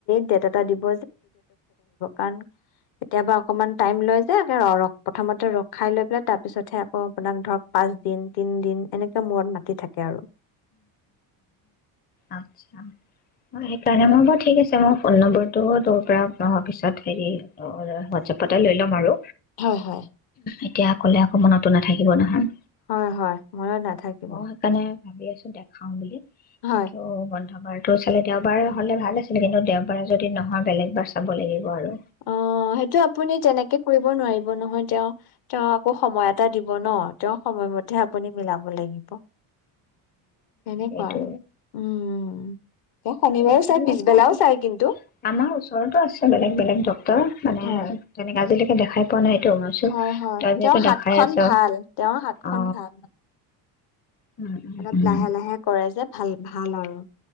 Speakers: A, on the left; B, on the left.
A: দাতে এটা দিব কাৰ কেতিয়া অকমান টাইম লৈ ৰাই লৈ অ', আপোনাক ধৰক পাঁচ দিন তিন দিন এনেকে মূৰত মাতি থাকে আৰু
B: আচ্ছা, সেইকাৰণে মই বাৰু ঠিক আছে মই ফোন নম্বৰটো তোৰ পৰা অহোৱাৰ পিছত হেৰি হোৱাটছএপতে লৈ ল'ম আৰু
A: হয় হয়
B: এতিয়া অকলে আকৌ মনতো নাথাকিব নহয়
A: হয় হয় মনত নাথাকিব
B: মই সেইকাৰণে ভাবি আছোঁ, দেখাওঁ বুলি।
A: হয়
B: কিন্তু বন্ধ দেওবাৰতো চালে দেওবাৰ হ'লে ভাল আছিলে কিন্তু দেওবাৰে যদি নহয় বেলেগ বাৰ চাব লাগিব আৰু
A: অ সেইটো আপুনি যেনেকে কৰিব নোৱাৰিব নহয় তেওঁ তেওঁ আকৌ সময় এটা দিব ন তেওঁ সময়মতে আপুনি মিলাব লাগিব অ তেনেকুৱা
B: সেইটো
A: আৰু উম এই শনিবাৰেো
B: কেনেকে
A: চাই
B: হ'লে
A: পিছবেলাও
B: ভাল হয়
A: চাই কিন্তু
B: আমাৰ ওচৰতো আছে বেলেগ বেলেগ ডক্টৰ মানে
A: হয়
B: তেনেকে আজি দেখাই পোৱা নাই এইটো মই ভাবিছো
A: হয় হয়
B: তই যিহেতু
A: তেওঁৰ হাতখন
B: দেখাই আছ
A: ভাল তেওঁৰ হাতখন
B: অ
A: ভাল মানে
B: উম উম
A: অলপ
B: উম
A: লাহে লাহে কৰে যে ভাল ভাল আৰু